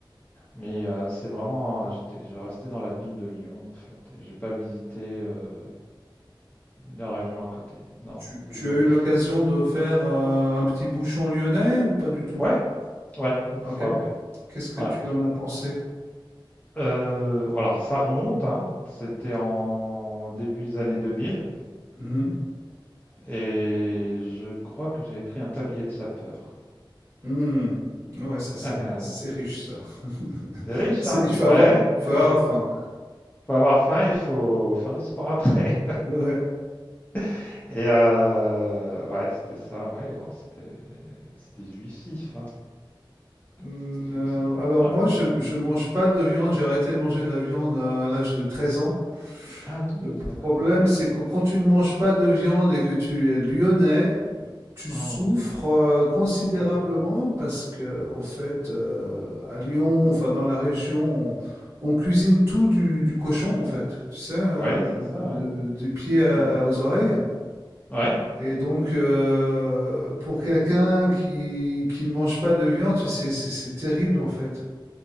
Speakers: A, on the left (about 20°); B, on the right (about 30°).
A: mais euh, c'est vraiment, euh, j'étais, je restais dans la ville de Lyon en fait. J'ai pas visité euh, la région à côté. Non,
B: Tu
A: désolé.
B: tu as eu l'occasion de faire, heu, un petit bouchon lyonnais ou pas du tout?
A: Ouais, ouais, une
B: OK.
A: fois, ouais.
B: Qu'est-ce que
A: Ouais.
B: tu en as pensé?
A: Euh, alors, ça remonte, hein. C'était en début des années 2000
B: Mmh
A: et je crois que j'avais pris un tablier de sapeur.
B: mh. Mmh. Ouais, ça c'est
A: <laughs>
B: c'est riche ça. <laughs>
A: C'est riche,
B: C'est
A: hein?
B: il faut
A: Ouais,
B: avoir faut
A: c'est-
B: avoir faim.
A: faut avoir faim, il faut faire du sport après.
B: Ouais.
A: <laughs> Et euh, ouais, c'était ça, ouais, alors c'était c'était jouissif, hein.
B: Mmh,
A: C'était
B: heu,
A: jouissif,
B: alors
A: vraiment.
B: moi je je mange pas de viande, j'ai arrêté de manger de la viande, heu, à l'âge de 13 ans.
A: Ah oui,
B: Le problème,
A: d'accord.
B: c'est que quand tu ne manges pas de viande et que tu es lyonnais, Tu
A: Hmm.
B: souffres euh, considérablement
A: Oh là là,
B: parce que, en fait, euh,
A: oh là
B: à Lyon,
A: là, ouais.
B: enfin dans la région, on, on cuisine tout du, du cochon, en fait, tu sais, euh,
A: Ouais, c'est ça,
B: de-
A: ouais.
B: des pieds à-
A: Mhm.
B: aux oreilles.
A: Ouais,
B: Et donc, euh, pour quelqu'un qui, qui ne mange pas de viande, c'est c'est- c'est terrible, en fait.